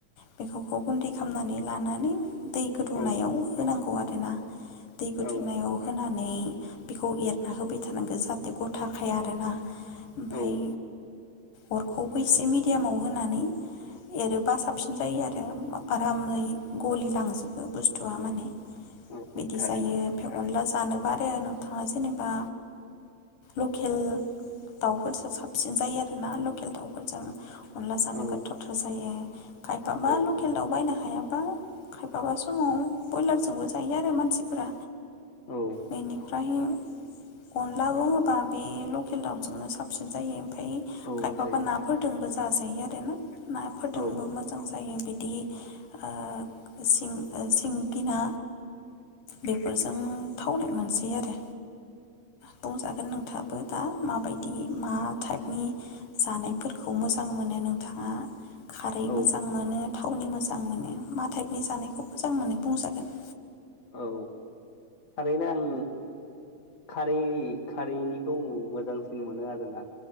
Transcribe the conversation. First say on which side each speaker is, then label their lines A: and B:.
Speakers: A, on the left; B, on the left.
A: बे ख'ख गुन्दै खालामनानै लानानै दै गोदौनायाव
B: औ औ
A: होनांगौ आरोना दै गोदौनायाव
B: औ
A: होनानै बिखौ एरना होबाय थानांगो जाहाथे गथ थाखाय आरोना ओमफाय
B: औ
A: अरखौबो एसे मिदि एमाव होनानै एरोबा साबसिन जायो आरो। आरामै गलिलांजोबो बुस्थुआ माने
B: औ औ
A: बिदि
B: थारैनो
A: जायो ओमफाय अनला जानो आरो नोंथाङा जेनेबा लकेल दाउफोरजों साबसिन जायो आर ना लकेल दाउफोरजों? अनला जानो
B: औ
A: गोथावथार जायो। खायफाबा
B: औ
A: लकेल
B: औ
A: दाउ बायनो हायाबा माबा समाव ब्रयलारजोंबो जायो आरो मानसिफोरा।
B: औ
A: बेनिफ्रायो अनलाबो बा बे लकेल दाउजोंनो साबसिन जायो। ओमफाय
B: औ
A: खायफाबा
B: जायो
A: नाफोर दोंबो जायो जाजायो आरो ना नाफोरदोंबो
B: औ
A: मोजां जायो बिदि दि ओ सिं ओ‌ सिं गि ना बेफोरजों थावनाय मोनसे आरो बुंजागोन नोंथाङाबो दा माबायदि मा टाइपनि जानायफोरखौ मोजां मोनो नोंथाङा खारै
B: औ
A: मोजां मोनो। थावनि मोजां मोनो मा टाइपनि जानायखौ मोजां मोनो बुंजागोन?
B: औ थारैनो आं खारै-खारैनिखौ मोजांसिन मोनो आरोना